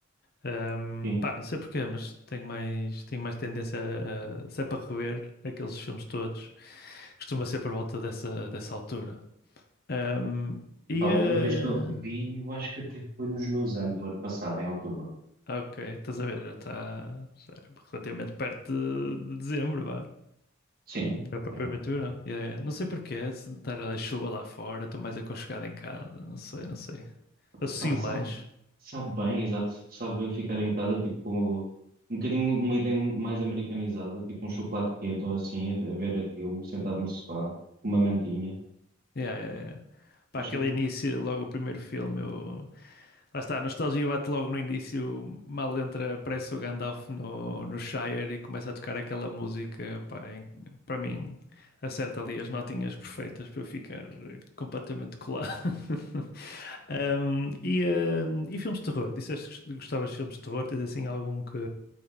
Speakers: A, on the left; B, on the right.
A: Ahm,
B: Sim.
A: pá, não sei porquê, mas tenho mais, tenho mais tendência a, a- se é para rever aqueles filmes todos, costuma ser por volta dessa, dessa altura. Ahm,
B: Epá,
A: e,
B: a última
A: eh,
B: vez que eu revi, eu acho que até foi nos meus anos, o ano passado, em outubro.
A: Ok, estás a ver, já está já é relativamente perto de, de dezembro, vá.
B: Sim,
A: Não é propriamente
B: sim.
A: verão. Yeah, yeah. Não sei porquê, se estar a chuva lá fora, estou mais aconchegado em casa, não sei, não sei. Associo
B: Epá, sabe,
A: mais.
B: sabe bem, exato, sabe bem ficar em casa, tipo, com um bocadinho de uma ideia mais americanizada, tipo um chocolate quente ou assim, a, a ver aquilo, sentado no sofá, com uma mantinha.
A: Yeah, yeah, yeah. Para
B: Faz
A: aquele
B: sentido.
A: início, logo o primeiro filme, eu... lá está, a nostalgia bate logo no início, mal entra, aparece o Gandalf no, no Shire e começa a tocar aquela música, pá, em- para mim, acerta ali as notinhas perfeitas para eu ficar eh, completamente colado. <laughs> Ahm, e, ahm, e filmes de terror? Disseste que gostavas de filmes de terror? Tens assim algum que.